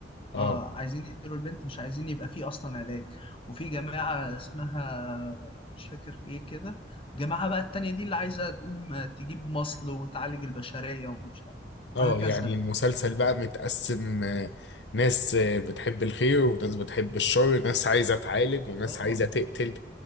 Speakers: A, on the left; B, on the left.
A: اه
B: اه عايزين يقتلوا البنت مش عايزين يبقى في أصلا علاج وفي جماعة اسمها مش فاكر ايه كده جماعة بقى التانية دي اللي عايزة تقوم تجيب مصل وتعالج البشرية ومش عارف ايه وهكذا
A: اه يعني
B: بقى
A: المسلسل بقى متقسم آه، ناس آه، بتحب الخير وناس بتحب الشر ناس عايزة تعالج وناس
B: اه
A: عايزة تقتل